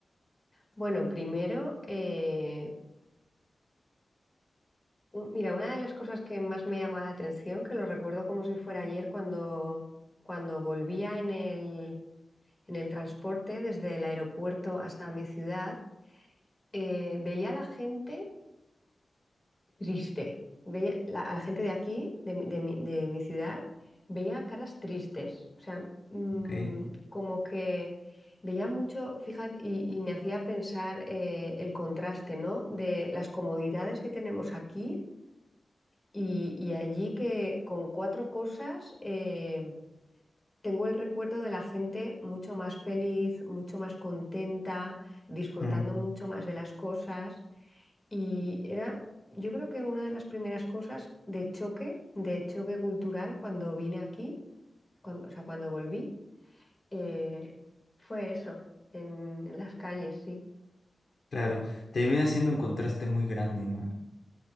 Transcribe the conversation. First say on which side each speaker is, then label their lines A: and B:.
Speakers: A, on the left (about 20°); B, on the left (about 55°).
A: bueno, primero, eh, u- mira, una de las cosas que más me llama la atención, que lo recuerdo como si fuera ayer cuando, cuando volvía en el en el transporte desde el aeropuerto hasta mi ciudad, eh, veía a la gente triste, veía la- a la gente de aquí, de, mi- de mi de mi ciudad, veía caras tristes, o sea, mm,
B: ¿Ok?
A: como que veía mucho, fíjate, y, y me hacía pensar eh, el contraste, ¿no? De las comodidades que tenemos aquí. Y, y allí que con cuatro cosas eh, tengo el recuerdo de la gente mucho más feliz, mucho más contenta, disfrutando
B: Mm,
A: mucho más de las cosas. Y era, yo creo que una de las primeras cosas de choque, de choque cultural cuando vine aquí, cuando, o sea, cuando volví, eh, fue eso, en, en las calles, sí.
B: claro, te viene haciendo un contraste muy grande, ¿no?